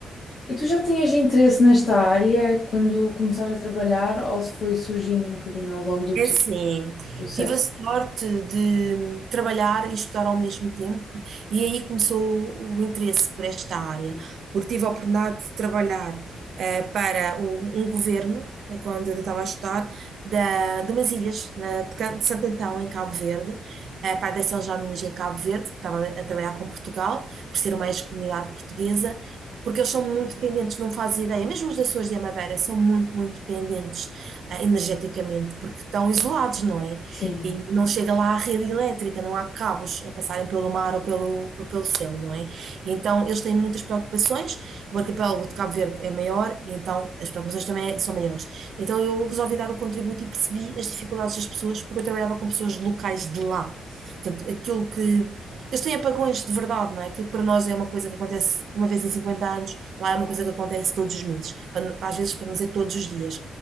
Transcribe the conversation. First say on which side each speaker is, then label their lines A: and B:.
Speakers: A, on the left; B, on the right.
A: E tu já tinhas interesse nesta área quando começaste a trabalhar ou se foi surgindo um bocadinho ao longo do
B: É
A: teu
B: assim,
A: processo?
B: tive a sorte de trabalhar e estudar ao mesmo tempo, e aí começou o interesse por esta área,
A: Sim,
B: porque tive a oportunidade de trabalhar eh, para um, um governo, eh, quando eu estava a estudar, da, de umas ilhas, na- de, Ca- de Santo Antão, em Cabo Verde, eh, para a Direção Geral de Energia de Cabo Verde, que estava a trabalhar com Portugal, por ser uma ex-comunidade portuguesa. Porque eles são muito dependentes, não fazes ideia, mesmo os Açores e a Madeira são muito, muito dependentes ah, energeticamente, porque estão isolados, não é?
A: sim,
B: E não chega lá a rede elétrica, não há cabos a passarem pelo mar ou pelo, ou pelo céu, não é? E então eles têm muitas preocupações, o arquipélago de Cabo Verde é maior, e então as preocupações também é, são maiores. Então eu resolvi dar o contributo e percebi as dificuldades das pessoas, porque eu trabalhava com pessoas locais de lá. Portanto, aquilo que eles têm apagões de verdade, não é? Aquilo que para nós é uma coisa que acontece uma vez em 50 anos, lá é uma coisa que acontece todos os meses, para- às vezes, para não dizer todos os dias.